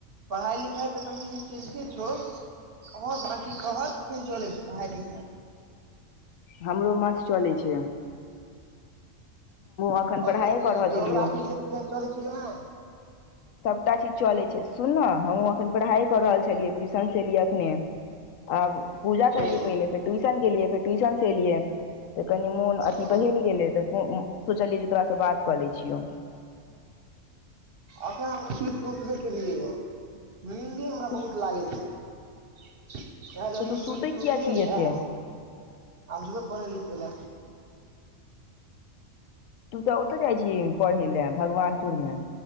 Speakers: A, on the right; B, on the left.
A: पढ़ाइ लिखाइ तऽ कनि मनि चिन्तित छउ ओर बाकी तोहर केना चलै छै पढ़ाई लिखाय
B: हमरो माछ चलै छय एखन
A: आऔर
B: पढ़ाइए
A: कथ
B: कऽ रहल
A: जोग्राफी
B: छलियौ
A: चीजना ह
B: सभटा चीज चलै छै सुन ने हमहूँ एखन पढ़ाइ कऽ रहल छलियै ट्यूशनसँ एलियै अखने आ पूजा करलियै
A: ओ
B: पहिले फेर ट्यूशन गेलियै फेर ट्यूशन से एलियै तऽ कनि मोन अथी
A: ओ
B: बहेल गेलै तऽ सोचलियै जे तोरासँ बात कऽ लै छियौ
A: अखन हम सुइत के उठबे केेलिए य नीन्दे हमरा
B: तू
A: बहुत लागै छै काल्हि
B: तऽ
A: अहाँ
B: तू
A: सूत
B: सुतै किया
A: उठलियै
B: छी
A: यऽ
B: एतेक
A: आब जेबे पढ़े लिखै लय
B: तू तऽ ओतय जाइ छ पढ़य ले भगवानपुर मे